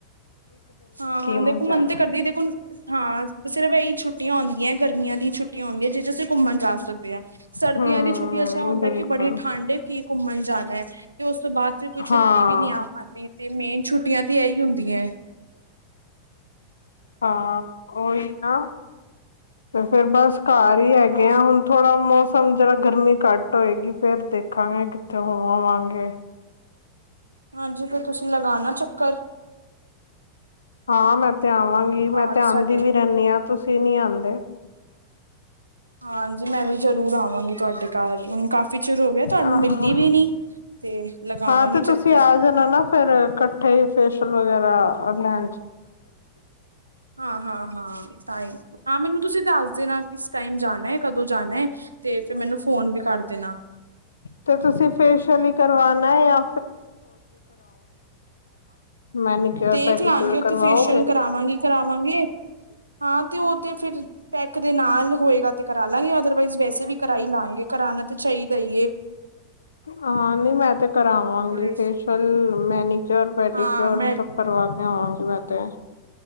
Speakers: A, on the right; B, on the left.
A: ਹਾਂ
B: ਮਜ਼ਾ
A: ਦੇਖੋ ਮਨ ਤੇ ਕਰਦੀ ਦੇਖੋ ਹਾਂ ਸਿਰਫ ਇਹੀ ਛੁੱਟੀਆ ਹੋਦੀਆਂ। ਗਰਮੀਆਂ ਦੀ ਛੁੱਟੀਆਂ ਹੁੰਦੀਆਂ ਜਿਸ ਚ ਅਸੀਂ ਘੁੰਮਣ ਜਾ ਸਕਦੇ ਆ। ਸਰਦੀਆਂ
B: ਹਮ
A: ਦੀ ਛੁੱਟੀਆਂ ਚ ਹੁੰਦਾ
B: ਬਿਲਕੁਲ
A: ਕਿ ਬੜੀ ਠੰਡੀ ਐ। ਘੁੰਮਣ ਜਾਣਾ ਹੈ, ਤੇ ਉਸ ਤੋਂ ਬਾਅਦ ਫਿਰ ਕੋਈ ਛੁੱਟੀ
B: ਹਾਂ
A: ਵੀ ਨਹੀਂ ਆ ਪਾਦੀ ਤੇ ਮੇਨ, ਛੁਟੀਆਂ ਤੇ ਇਹੀ ਹੁੰਦੀਆਂ ਹੈ।
B: ਹਾਂ ਉਹੀ, ਆਹ ਤੇ ਫੇਰ ਬਸ ਘਰ ਹੀ ਹੈਗੇ
A: ਹਾਂ
B: ਆ ਹੁਣ ਥੋੜ੍ਹਾ ਮੌਸ ਸਮਝਣਾ, ਗਰਮੀ ਘੱਟ ਹੋਏਗੀ ਫੇਰ ਦੇਖਾਂਗੇ ਕਿੱਤੇ ਹੋ ਆਵਾਂਗੇ।
A: ਹਾਂਜੀ ਫੇਰ ਤੁਸੀਂ ਲਗਾਨਾ ਚੱਕਰ,
B: ਹਾਂ ਮੈਂ, ਤੇ ਆਵਾਂਗੀ
A: ਘਰ
B: ਮੈਂ ਤੇ ਆਦੀ
A: ਸਾਡੇ
B: ਵੀ ਰਹਿੰਦੀ ਹਾਂ ਤੁਸੀਂ, ਕੀ ਨਹੀਂ ਆਦੇ
A: ਹਾਂਜੀ ਮੈਂ ਵੀ ਜ਼ਰੂਰ ਆਵਾਂਗੀ ਤੁਹਾਡੇ ਘਰ ਕਾਫ਼ੀ ਚਿਰ ਹੋ ਗਿਆ ਤੁਹਾਨੂੰ
B: ਆਹੋ
A: ਮਿਲੀ ਵੀ ਨੀ ਤੇ ਲਗਾਵਾਂਗੀ
B: ਹਾਂ ਤੇ ਤੁਸੀਂ
A: ਚੱਕਰ
B: ਆ ਜਾਣਾ ਨਾ ਫੇਰ ਇਕੱਠੇ ਹੀ ਫੇਸ਼ਅਲ ਵਗੈਰਾ ਉਹਦਾ,
A: ਹਾਂ ਹਾਂ ਹਾਂ ਤਾਹੀ, ਹਾਂ ਮੈਨੂੰ ਤੁਸੀਂ ਦੱਸ ਦੇਣਾ ਕਿਸ ਟਾਈਮ ਜਾਣਾ ਹੈ ਕਦੋਂ ਜਾਣਾ ਹੈ ਤੇ ਫਿਰ ਮੈਨੂੰ ਫੋਨ ਵੀ ਕਰ ਦੇਣਾ।
B: ਤੇ ਤੁਸੀਂ ਫੇਸ਼ਅਲ ਹੀ ਕਰਵਾਣਾ ਆ। ਮੈਨੀਕਿਓਰ
A: ਦੇਖ
B: ਪੈਡੀਕਿਓਰ
A: ਲਾਂਗੇ ਉਥੇ
B: ਕਰਵਾਓਗੇ
A: ਫੇਸ਼ਅਲ ਕਰਾਵਾਂਗੇ, ਕਰਾਵਾਂਗੇ ਹਾਂ ਤੇ ਉਹ ਤੇ ਫਿਰ ਪੈਕ ਦੇ ਨਾਲ ਹੋਏਗਾ। ਕਰਾ ਲਾਂਗੇ ਅਦਰਵਾਈਜ਼ ਵ ਅਸੀਂ ਵੀ ਕਰਾਈ ਲਵਾਂਗੇ ਕਰਾਣਾ ਤਾਂ ਚਾਹੀਦਾ ਹੀਏ।
B: ਹਾਂ ਨਈ ਹੈ ਤੇ ਕਰਾਵਾਂਗੇ
A: ਥੋੜੇ
B: ਫੇਸ਼ਅਲ ਮੈਨੀਕਿਓਰ ਪੈਡੀਕਿਓਰ
A: ਹਾਂ ਮੈਂ
B: ਸਭ ਕਰਵਾ ਕੇ ਹਾਂ ਮੈਂ ਕਿਹਾ ਏ